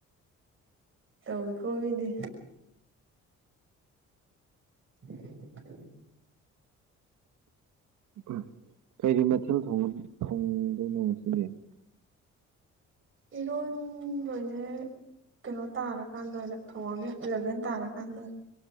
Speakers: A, on the right (about 40°); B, on the right (about 75°).
A: ꯇꯧꯋꯤꯀꯣ ꯃꯤꯗꯤ <unintelligible>
B: ꯎꯝ ꯀꯩ ꯀꯩ ꯃꯊꯦꯜ ꯊꯣꯡꯉ ꯊꯣꯡꯗꯣꯏꯅꯣ ꯉꯁꯤꯝꯗꯤ
A: ꯏꯔꯣꯟ ꯗꯣꯏꯅꯦ ꯀꯩꯅꯣ ꯇꯥꯔꯀꯥꯟꯗ ꯑꯣꯏꯅ ꯊꯣꯡꯑꯒꯦ ꯏꯂꯚꯦꯟ ꯇꯥꯔ ꯀꯥꯟꯗ ꯑꯣꯏ